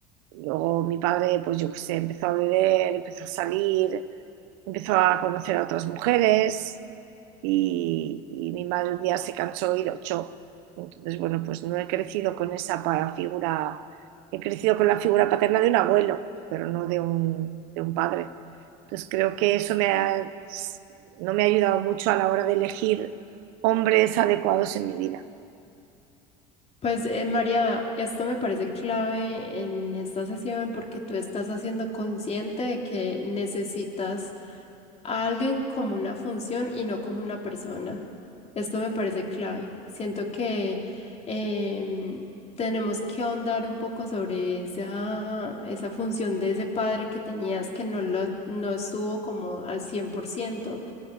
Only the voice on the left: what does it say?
Pues eh, María, esto me parece clave en esta sesión porque tú estás haciendo consciente de que necesitas a alguien como una función y no como una persona. Esto me parece clave. Siento que em, tenemos que ahondar un poco sobre esa, esa función de ese padre que tenías que no, lo, no estuvo como al 100%.